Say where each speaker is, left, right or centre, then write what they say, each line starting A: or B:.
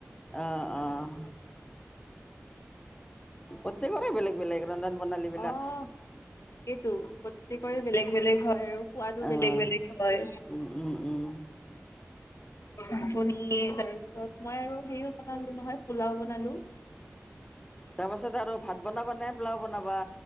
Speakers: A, on the left; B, on the left.
A: অ', অ'। প্ৰত্যেকৰে বেলেগ বেলেগ ৰন্ধন প্ৰণালী বিলাক
B: অ', এইটো প্ৰত্যেকৰে বেলেগ বেলেগ হয় আৰু সোৱাদো
A: আহ
B: বেলেগ বেলেগ হয়।
A: উম উম উম
B: আপুনি, তাৰ পিছত মই আৰু হেৰিও বনালো নহয়, পোলাও বনালো।
A: তাৰ পাছত আৰু ভাত বনাবা নে পোলাও বনাবা।